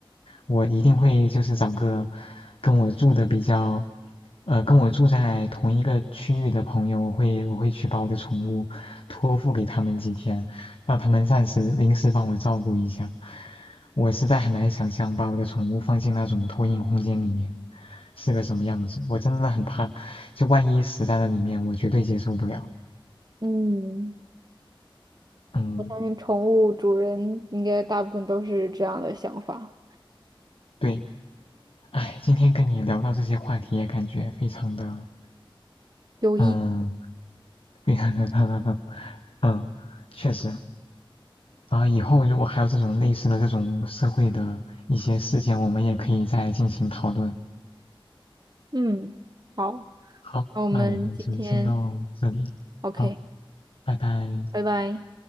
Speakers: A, on the left; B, on the right.
A: 我一定会就是找个跟我住的比较，呃，跟我住在同一个区域的朋友，我会我会去把我的宠物托付给他们几天，让他们暂时临时帮我照顾一下。我实在很难想象把我的宠物放进那种托运空间里面。是个什么样子，我真的很怕，就万一死在了里面，我绝对接受不了。
B: 嗯，
A: 嗯，
B: 我相信宠物主人应该大部分都是这样的想法，
A: 对，哎，今天跟你聊到这些话题，也感觉非常的，
B: 有益。
A: 嗯，非常的，<laughs> 嗯，确实。啊，以后如果还有这种类似的这种社会的一些事件，我们也可以再进行讨论。
B: 嗯，好，
A: 好，
B: 那我们今天
A: 那我们就先到这里，
B: OK，
A: 好，拜拜。
B: 拜拜。